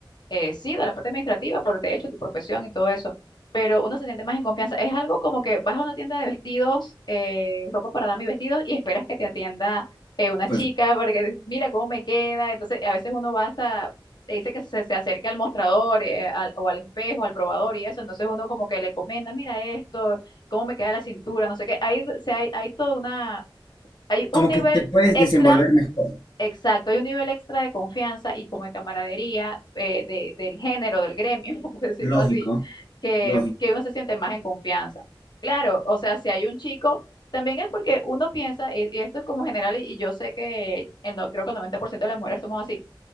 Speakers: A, on the left (about 55°); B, on the left (about 80°).
A: eh, sí, de la parte administrativa, por de hecho tu profesión y todo eso, pero uno se siente más en confianza. Es algo como que vas a una tienda de vestidos, eh, ropa para dama y vestidos, y esperas que te atienda eh, una
B: Pues
A: chica para que mira cómo me queda. Entonces, a veces uno va hasta, te dice que se, se acerque al mostrador eh, al- o al espejo, al probador y eso. Entonces, uno como que le comenta, mira esto, cómo me queda la cintura, no sé qué. Hay, o sea, hay, hay toda una, hay un
B: Como
A: nivel
B: que te puedes
A: extra
B: desenvolver mejor.
A: Exacto, hay un nivel extra de confianza y como de camaradería eh, de- del género, del gremio, <laughs> por decirlo
B: Lógico,
A: así, que,
B: lógico.
A: que uno se siente más en confianza. Claro, o sea, si hay un chico, también es porque uno piensa, y, y esto es como general, y, y yo sé que el, no, creo que el 90% de las mujeres somos así.